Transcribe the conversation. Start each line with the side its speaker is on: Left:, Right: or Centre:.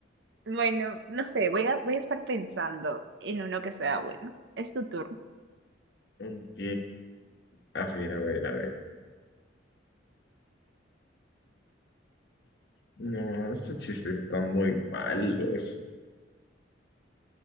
Right: de. Bueno, no sé, voy a, voy a estar pensando en uno que sea bueno. Es tu turno.
Left: Ok. A ver, a ver, a ver. No, esos chistes están muy malos.